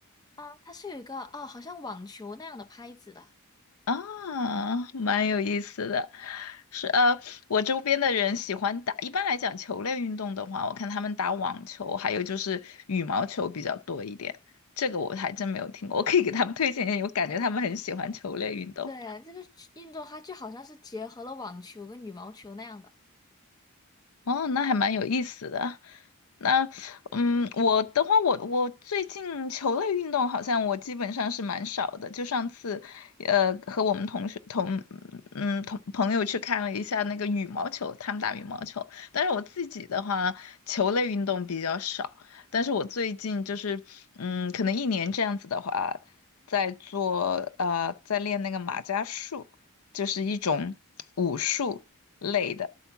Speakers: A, on the left (about 20°); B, on the left (about 80°).
A: 啊，它是有一个啊，好像网球那样的拍子的，
B: 啊，蛮有意思的。是呃，我周边的人喜欢打，一般来讲球类运动的话，我看他们打网球，还有就是羽毛球比较多一点。这个我还真没有听过，我可以给他们推荐一下，我感觉他们很喜欢球类运动。
A: 对，这个运动它就好像是结合了网球跟羽毛球那样的，
B: 哦，那还蛮有意思的。那，嗯，我的话，我我最近球类运动好像我基本上是蛮少的。就上次，呃，和我们同学同，嗯，同朋友去看了一下那个羽毛球，他们打羽毛球。但是我自己的话，球类运动比较少。但是我最近就是，嗯，可能一年这样子的话，在做，呃，在练那个马伽术，就是一种武术类的。